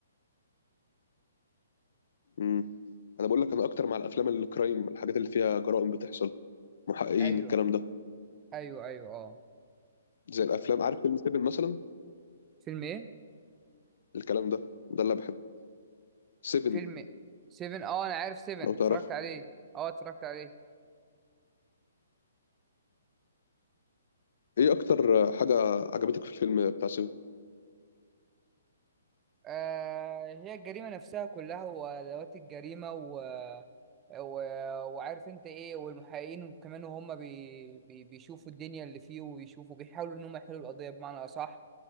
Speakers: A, on the left (about 65°); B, on the right (about 20°).
A: امم انا بقول لك انا اكتر مع الافلام الكرايم الحاجات اللي فيها جرائم بتحصل محققين
B: ايوه
A: الكلام ده
B: ايوه ايوه اه
A: زي الافلام عارف فيلم 7 مثلا
B: فيلم ايه
A: الكلام ده ده اللي بحبه 7
B: فيلم 7 اه انا عارف 7
A: لو تعرفه
B: اتفرجت عليه اه اتفرجت عليه
A: ايه اكتر آه، حاجه عجبتك في الفيلم بتاع 7
B: آه هي الجريمة نفسها كلها وأدوات الجريمة و... و... وعارف انت ايه والمحققين كمان وهم بي... بي... بيشوفوا الدنيا اللي فيه وبيشوفوا بيحاولوا ان هم يحلوا القضية بمعنى أصح